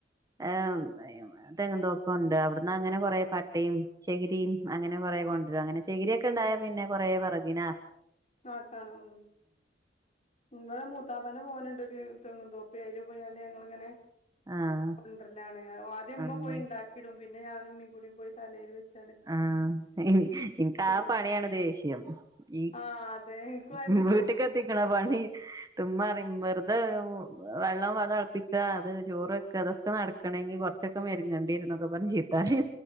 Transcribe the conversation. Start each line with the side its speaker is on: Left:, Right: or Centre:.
Right: അ ഏ മ് എ യ് മ് തെങ്ങുതോപ്പണ്ട് അവിടുന്ന് അങ്ങനെ കൊറെ പട്ടയും ചകിരിയും അങ്ങനെ കൊറെേ എ യ് കൊണ്ടുരും അങ്ങനെ ചകിരിക്കെ ഉണ്ടായേ പിന്നെ കുറെ വിറകിന്
Left: ആക്കാണ് ഉം ഇവിടെ മൂത്താപ്പന്റെ മോനുണ്ട് തില് തെങ്ങുന്തോപ്പിയയില് പോയാല് ഞങ്ങളിങ്ങനെ
Right: ആഹ്
Left: കൊണ്ടർ ലാണ് ഞാ ഒ ആദ്യ മ്മ
Right: ആഹ്
Left: പോയി ഉണ്ടാക്കിടും പിന്നെ ഞാനും മ്മീ കൂടി പോയി തലയില് വെച്ച
Right: ആഹ എനി എനിക്ക് ആ
Left: കൊണ്ടരും
Right: പണിയാണ് ദേഷ്യം ഈ
Left: ആഹ് അതെ ഇൻക്കും അതെന്നെ
Right: മ് വീട്ടകെത്തിക്കണ പണി തുമ്മാറിങ്‌ വെറുതെ വെ വെള്ളം വെ തിളപ്പിക്കക അത് ചോറ് വെക്ക അതൊക്കെ നടക്കണമങ്കി ങ്കി കൊറച്ചൊക്കെ മെരങ്ങണ്ടി ഇരുന്നൊക്കെ പറഞ്ഞ് ചിത്താടി